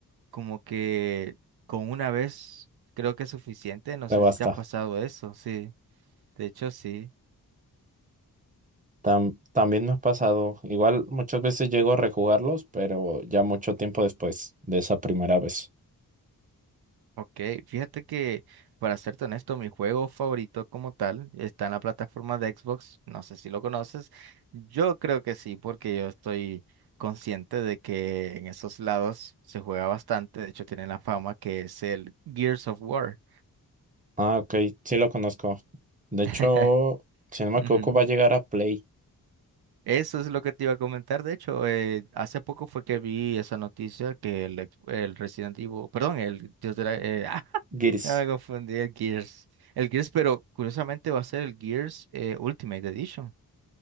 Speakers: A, on the right; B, on the right.
A: como que con una vez creo que es suficiente. No
B: Te
A: sé si
B: basta.
A: te ha pasado eso, sí. De hecho, sí.
B: Tam- también me ha pasado. Igual muchas veces llego a rejugarlos, pero ya mucho tiempo después de esa primera vez.
A: Ok, fíjate que para serte honesto, mi juego favorito como tal está en la plataforma de Xbox. No sé si lo conoces. Yo creo que sí, porque yo estoy consciente de que en esos lados se juega bastante. De hecho, tiene la fama que es el Gears of War.
B: Ah, ok, sí lo conozco. De hecho,
A: <laughs>
B: si no me equivoco,
A: Ujú.
B: va a llegar a Play
A: Eso es lo que te iba a comentar. De hecho, eh, hace poco fue que vi esa noticia que el, ex- el Resident Evil, perdón, el Dios de la, eh, <laughs> ah,
B: Gears.
A: ya me confundí, el Gears. El Gears, pero curiosamente va a ser el Gears eh, Ultimate Edition.